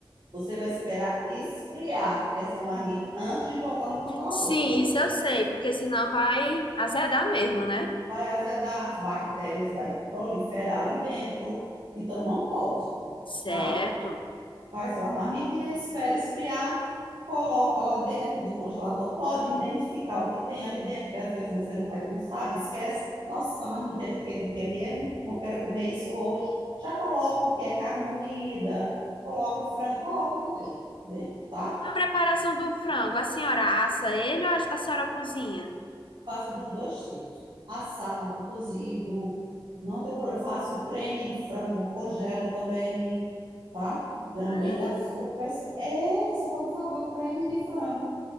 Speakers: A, on the right; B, on the left.
A: Você vai esperar esfriar essa marmita antes de botar no congelador,
B: Sim,
A: viu?
B: isso eu sei, porque senão vai azedar mesmo, né?
A: Vai azedar, as bactérias vai proliferar ali dentro. Então, não pode,
B: Certo.
A: tá? faz sua marmitinha, espera esfriar, coloca lá dentro do congelador, pode identificar o que tem ali dentro, que às vezes você não vai, não sabe, esquece. Nossa, essa marmita é de quê? De quê mesmo? Não quero comer isso hoje. Já coloca o que é carne moída, coloca frango, coloca o que tem dentro, tá?
B: A preparação do frango, a senhora assa ele ou a, a senhora cozinha?
A: Faço dos dois tipos. Assado, cozido, não tem problema. Faço o creme de frango, congelo também, tá? Também
B: Ai,
A: dá super. É, você pode fazer o creme de frango